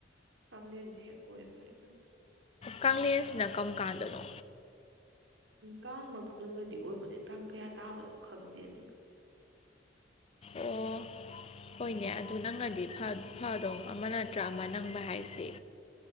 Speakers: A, on the right (about 85°); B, on the left (about 35°).
A: ꯀꯦꯟꯗꯤ ꯍꯦꯛ ꯀꯣꯏꯕ ꯍꯥꯏꯗꯨꯅ
B: ꯀꯦꯟꯁꯤꯅ ꯀꯔꯝ ꯀꯥꯟꯗꯅꯣ
A: ꯀꯥꯡꯃꯛꯇꯗꯗꯤ ꯑꯣꯏꯕꯅꯦ ꯇꯥꯡ ꯀꯌꯥ ꯇꯥꯕꯅꯣ ꯈꯪꯗꯦꯅꯦ
B: ꯑꯣ ꯍꯣꯏꯅꯦ ꯑꯗꯨ ꯅꯪꯅꯗꯤ ꯐꯗꯣ ꯑꯃ ꯅꯠꯇ꯭ꯔꯥ ꯑꯃ ꯅꯪꯕ ꯍꯥꯏꯁꯦ